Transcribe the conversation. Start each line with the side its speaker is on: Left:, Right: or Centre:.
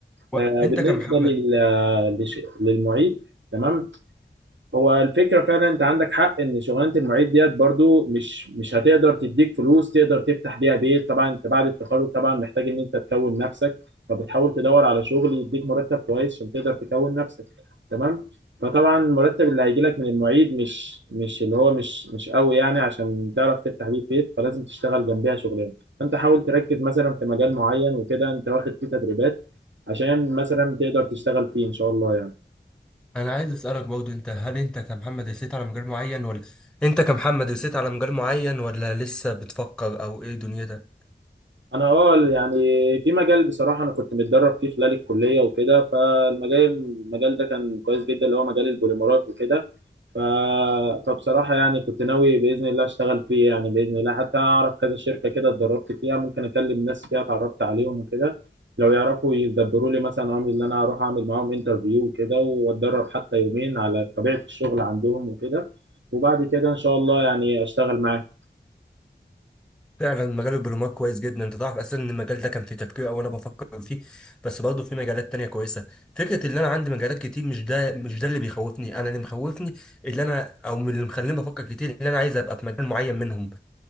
Centre: و-
Right: آه
Centre: انت
Right: بالنسبه
Centre: كمحمد
Right: لل... لش... للمعيد تمام هو الفكرة فعلا انت عندك حق ان شغلانة المعيد ديت برضو مش مش هتقدر تديك فلوس تقدر تفتح بيها بيت طبعا انت بعد التخرج طبعا محتاج ان انت تكون نفسك فبتحاول تدور على شغل يديك مرتب كويس عشان تقدر تكون نفسك تمام فطبعا المرتب اللي هيجي لك من المعيد مش مش اللي هو مش مش قوي يعني عشان تعرف تفتح بيه بيت فلازم تشتغل جنبها شغلانة فانت حاول تركز مثلا في مجال معين وكده انت واخد فيه تدريبات عشان مثلا تقدر تشتغل فيه ان شاء الله يعني
Centre: انا عايز اسالك برضه انت هل انت كمحمد رسيت على مجال معين ولا انت كمحمد رسيت على مجال معين ولا لسه بتفكر او ايه دنيتك
Right: انا اه يعني في مجال بصراحه انا كنت متدرب فيه خلال الكليه وكده فالمجال المجال ده كان كويس جدا اللي هو مجال البوليمرات وكده ف... فبصراحه يعني كنت ناوي باذن الله اشتغل فيه يعني باذن الله حتى اعرف كذا شركه كده اتدربت فيها ممكن اكلم ناس فيها اتعرفت عليهم وكده لو يعرفوا يدبروا لي مثلا عامل ان انا اروح اعمل معاهم انترفيو وكده واتدرب حتى يومين على طبيعه الشغل عندهم وكده وبعد كده ان شاء الله يعني اشتغل معاهم
Centre: فعلا مجال البلومات كويس جدا انت تعرف اساسا ان المجال ده كان في تفكير او انا بفكر فيه بس برضه في مجالات تانية كويسه فكره ان انا عندي مجالات كتير مش ده مش ده اللي بيخوفني انا اللي مخوفني اللي انا او من اللي مخليني بفكر كتير اللي انا عايز ابقى في مجال معين منهم